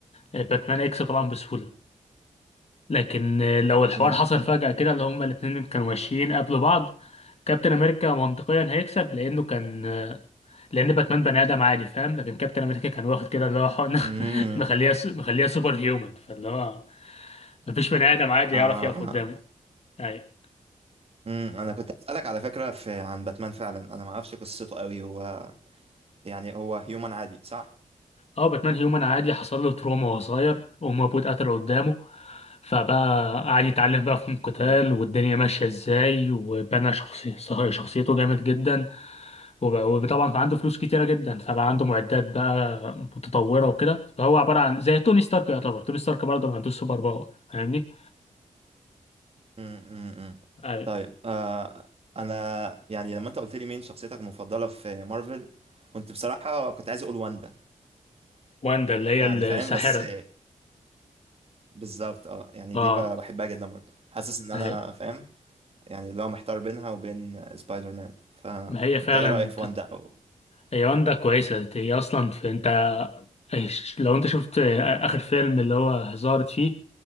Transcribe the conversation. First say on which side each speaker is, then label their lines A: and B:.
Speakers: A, on the left (about 50°); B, on the right (about 45°).
A: آه، باتمان اكس طبعا بسهوله لكن آه، لو الحوار
B: مم،
A: حصل فجاه كده اللي هما الاتنين كانوا ماشيين قبل بعض كابتن امريكا منطقيا هيكسب لانه كان آه، لان باتمان بني ادم عادي فاهم لكن كابتن امريكا كان واخد كده اللي هو حقن
B: مم.
A: <laughs> مخليها مخليها سوبر هيومن فاللي هو مفيش بني ادم عادي
B: آه
A: يعرف يقف
B: آه.
A: قدامه أيوة.
B: امم انا كنت اسالك على فكره في عن باتمان فعلا انا ما اعرفش قصته قوي هو يعني هو هيومن عادي صح
A: اه باتمان هيومن عادي حصل له تروما وهو صغير وأمه وأبوه اتقتلوا قدامه فبقى قعد يتعلم بقى فنون قتال
B: امم
A: والدنيا ماشية ازاي وبنى شخصي... صح- شخصيته جامد جدا وب- وطبعا كان عنده فلوس كتيرة جدا فبقى عنده معدات بقى متطورة وكده فهو عبارة عن زي توني ستارك يعتبر توني ستارك برضه ما عندوش سوبر باور فاهمني؟
B: امم
A: أيوة.
B: طيب آه انا يعني لما انت قلت لي مين شخصيتك المفضله في مارفل كنت بصراحه كنت عايز اقول واندا
A: واندا اللي هي
B: يعني
A: الساحرة
B: فاهم بس بالظبط اه يعني
A: اه
B: دي ب- بحبها جدا برضه حاسس ان انا
A: أيوة.
B: فاهم يعني اللي هو محتار بينها وبين سبايدر مان فانت
A: ما هي فعلا
B: ايه رايك في واندا او
A: هي واندا كويسة هي أصلا في أنت إيش- لو انت شفت آه، اخر فيلم اللي هو ظهرت فيه